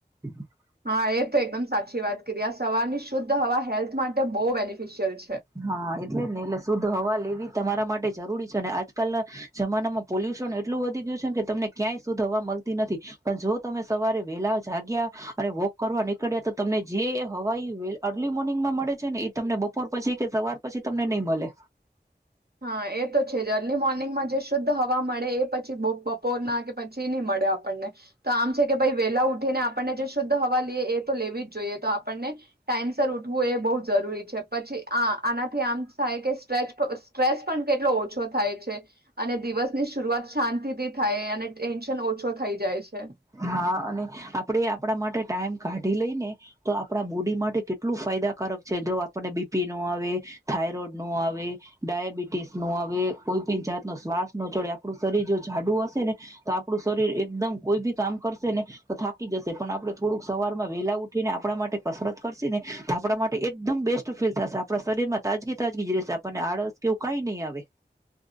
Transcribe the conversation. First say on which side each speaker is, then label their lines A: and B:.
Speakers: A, on the right; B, on the right.
A: હ <inaudible>
B: હા એ તો એકદમ સાચી વાત કરી આ સવારની શુદ્ધ હવા હેલ્થ માટે બહુ બેનિફિશિયલ છે.
A: હા એ એલે જ ને એટલે શુદ્ધ હવા લેવી તમારા માટે જરૂરી છે અને આજકાલના, જમાનામાં પોલ્યુશન એટલું વધી ગયું છે કે તમને ક્યાંય શુદ્ધ હવા મળતી નથી, પણ જો તમે સવારે વેલા જાગ્યા, અને વોક કરવા નીકળ્યા તો તમને જે હવા અર્લી મોર્નિંગમાં મળે છે ને એ તમને બપોર પછી કે સવાર પછી તમને નહી મળે.
B: હા એ તો છે જ અર્લી મોર્નિંગમાં જશો તો હવા મળે એ પછી બા બપોરના કે પછી થી નહી મળે આપણને તો આમ છે કે ભાઈ વેલા ઉઠીને આપણને જે શુદ્ધ હવા લઈએ એ તો લેવી જ જોઈએ તો આપણને ટાઈમ સરર ઉઠવું એ બો જરૂરી છે પછી આ આનાથી આમ થાય કે સ્ટ્રેચ સ્ટ્રેસ પણ કેટલો ઓછો થાય છે અને દિવસની શરૂઆત શાંતિથી થાય અને ટેન્શન ઓછો થઈ જાય છે.
A: હા અને આપડે આપણા માટે ટાઈમ કાઢી લઈ ને તો આપડા બોડી માટે કેટલું ફાયદાકારક છે જો આપને બીપી નો આવે થાયરોઈડ નો આવે ડયાબિટીસ નો આવે કોઈ પણી જાત ન શ્વાસ નો ચડે આપણું શરીર જો જાડું હશે ને તો આપણું શરીર એકદમ કોઈ બી કામ કરશે ને તો થાકી જશે પણ આપણે થોડુંક સવારમાં વેલા ઉઠી ને આપણા માટે કસરત કરશે ને તો આપણા માટે એકદમ બેસ્ટ ફીલ થશે આપણા શરીર માં તાજગી તાજગી રહેશે આપણને આળસ કેવું કઈ નહી આવે.